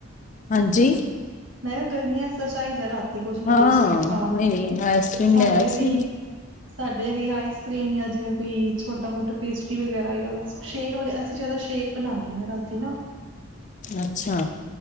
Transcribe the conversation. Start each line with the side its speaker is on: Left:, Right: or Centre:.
Left: ਹਾਂਜੀ
Right: ਮੈਂ ਕਿਹਾ ਗਰਮੀਆ ਚ ਚਾਹੀਦਾ ਰਾਤੀ ਕੁਛ ਨਾ
Left: ਹਾਂ
Right: ਕੁਛ ਮਿੱਠਾ,
Left: ਨਹੀਂ ਨਹੀਂ ਆਈਸਕ੍ਰੀਮ
Right: ਸਾਡੇ
Left: ਲਿਆਇਆ ਸੀ
Right: ਵੀ ਸਾਡੇ ਵੀ ਆਈਸ ਕਰ੍ਰੀਮ ਜਾਂ ਜਿਵੇਂ ਕੋਈ ਛੋਟਾ ਮੋਟਾ ਪੇਸਟਰੀ ਵਗੈਰਾ, ਜਾਂ ਸ਼ੇਕ ਵਗੈ, ਅਸੀਂ ਜ਼ਿਆਦਾ ਸ਼ੇਕ ਬਣਾ ਲੈਂਦੇ ਆ ਰਾਤੀ ਨਾ।
Left: ਅੱਛਾ